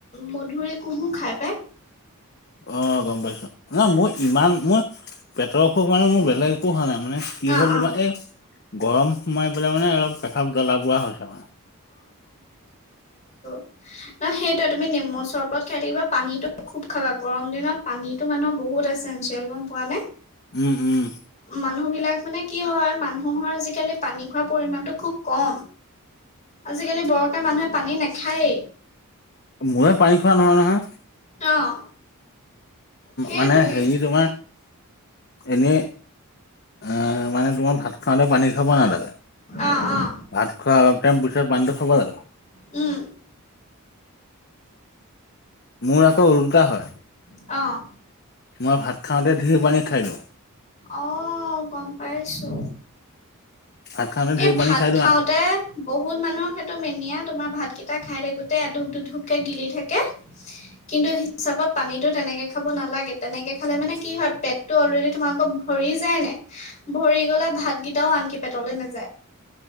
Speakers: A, on the left (about 35°); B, on the left (about 50°).
A: মধুৰি, কুহো খাই পায়।
B: অ' গম পাইছো, নহয় মোৰ ইমান মোৰ পেটৰ অসুখ মানে মোৰ বেলেগ একো হোৱা নাই মানে কি
A: অ
B: হ'ল
A: অ
B: তোমাৰ এ' গত গৰম সোমাই পেলাই মানে অলপ প্ৰসাৱ জ্বলা পোৱা হৈছে মানে।
A: নহয় সেইটোৱে তুমি নেমু চৰবত খাই থাকিবা, পানীতো খুব খাবা, গৰম দিনত পানীতটো মানুহৰ ব হুত এছেনঞ্চিয়েল গম পোৱা নে?
B: উম, উম,
A: মানুহ বিলাক মানে কি হয়, মানুহৰ আজিকালি পানী খোৱা পৰিমাণটো খুব কম, আজিকালি বৰ কে মানুহে পানী নাখাইয়ে,
B: মূৰে পানী খোৱা নহয় নহয়।
A: অ' সেইটোৱে
B: মানে হেৰি তোমাৰ এনেই অ' মানে তোমাৰ ভাত খাতে পানী খাব নালাগে,
A: অ অ
B: ভাত খোৱা অলপ টাইম পিছত পানীটো খাব লাগে।
A: উম,
B: মোৰ আকৌ উলোটা হয়।
A: অঁ'
B: মই ভাত খাওঁতে ধেৰ পানী খাই দিও
A: অ' গম পাইছো।
B: ভাত খাওঁতে ধেৰ
A: এই
B: পানী
A: ভাত
B: খাই দিওঁ
A: খাওঁতে, বহুত মানুহক সেইটো মে নিয়া তোমাৰ ভাত কেইটা খাই থাকোতে এটোপ দুটোপকে গিলি থাকে। কিন্তু হিচাপত পানীটো তেনেকে খাব নালাগে, তেনেকে খালে মানে কি হয় পেট অলৰেডি তোমালোকৰ ভৰি যায় নাই? ভৰি গলে ভাতকেইটাও আনকি পেটলে নাযায়।